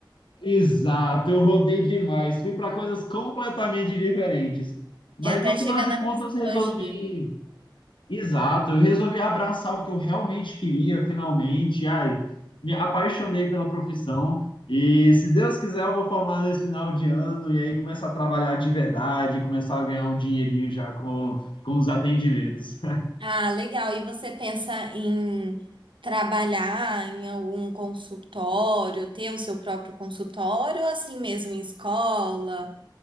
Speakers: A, on the left; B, on the right.
A: Exato, eu rodei demais, fui para coisas completamente diferentes. Mas
B: E até
A: no final
B: chegar
A: de
B: na
A: contas
B: psicologia.
A: resolvi Exato, eu resolvi abraçar o que eu realmente queria, finalmente. Ai, me apaixonei pela profissão e, se Deus quiser, eu vou formar nesse final de ano e aí começar a trabalhar de verdade, começar a ganhar um dinheirinho já com, com os atendimentos.
B: Ah, legal. E você pensa em trabalhar em algum consultório, ter o seu próprio consultório, ou assim mesmo em escola,